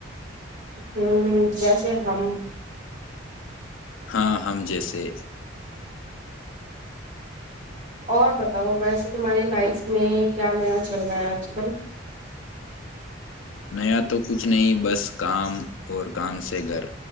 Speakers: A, on the right; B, on the left.
A: ہوں جیسے ہم
B: ہاں ہم جیسے
A: اور بتاؤ ویسے تمہاری لائف میں کیا نیا چل رہا ہے آج کل
B: نیا تو کچھ نہیں بس کام اور کام سے گھر